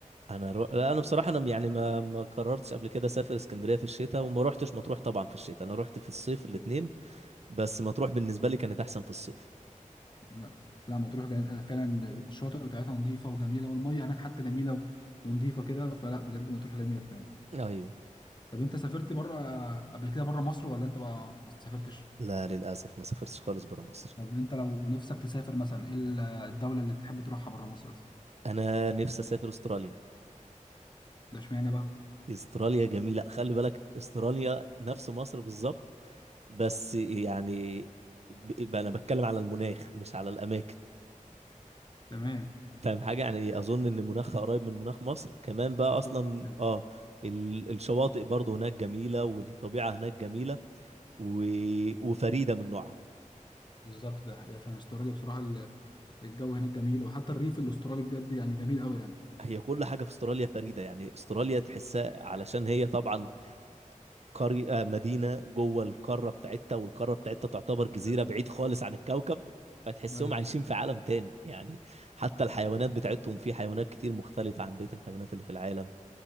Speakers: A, on the right; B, on the left.
A: انا رو... لا انا بصراحه انا يعني ما ما قررتش قبل كده اسافر اسكندريه في الشتاء وما روحتش مطروح طبعا في الشتاء انا روحت في الصيف الاثنين
B: ايوه
A: بس مطروح بالنسبه لي كانت احسن في الصيف
B: لا لا مطروح جا- فعلا الشواطئ بتاعتها نظيفه وجميله والميه هناك حتى جميله ونظيفه كده فلا بجد مطروح جميله فعلا
A: ايوه
B: طب انت سافرت بره قبل كده بره مصر ولا انت بقى ما سافرتش
A: لا للاسف ما سافرتش خالص برا مصر
B: طب انت لو نفسك تسافر مثلا ايه ال- الدوله اللي تحب تروحها بره مصر بس
A: انا نفسي اسافر استراليا
B: ده اشمعنى بقى
A: استراليا جميله خلي بالك استراليا نفس مصر بالظبط بس يعني ب... ب- انا بتكلم على المناخ مش على الاماكن
B: تمام
A: فاهم حاجة يعني أظن إن مناخها قريب من مناخ مصر كمان بقى
B: بالظبط
A: أصلا
B: يعني.
A: آه ال- الشواطئ برضه هناك جميلة والطبيعة هناك جميلة و... وفريدة من نوعها
B: بالظبط ده هي فعلا استراليا بصراحه ال- الجو هناك جميل وحتى الريف الاسترالي بجد يعني جميل قوي يعني
A: هي كل حاجة في استراليا فريدة يعني استراليا تحسها علشان هي طبعا قرية آه، مدينة جوه القارة بتاعتها والقارة بتاعتها تعتبر
B: ايوه
A: جزيرة بعيد خالص عن الكوكب فتحسهم
B: أيوة،
A: عايشين في عالم تاني يعني حتى الحيوانات بتاعتهم في حيوانات كتير مختلفة عن بقية الحيوانات اللي في العالم